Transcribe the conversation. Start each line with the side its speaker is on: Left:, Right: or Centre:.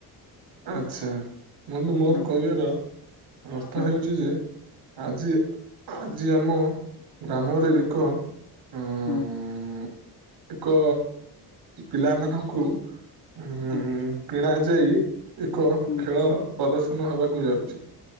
Right: ଆଛା ବନ୍ଧୁ ମୋର
Left: ହୁଁ
Right: କହିବାର ଅର୍ଥ
Left: ହୁଁ ହୁଁ
Right: ହେଉଛି ଯେ ଆଜି ଆଜି ଆମ ଗ୍ରାମରେ
Left: ହୁଁ
Right: ଏକ ଅଁ
Left: ହୁଁ
Right: ଏକ ପିଲାମାନଙ୍କୁ ଉ
Left: ହୁଁ
Right: କିଣା ଯାଇ ଏକ
Left: ହୁଁ
Right: ଖେଳ ପ୍ରଦର୍ଶନ ହେବାକୁ ଯାଉଛି।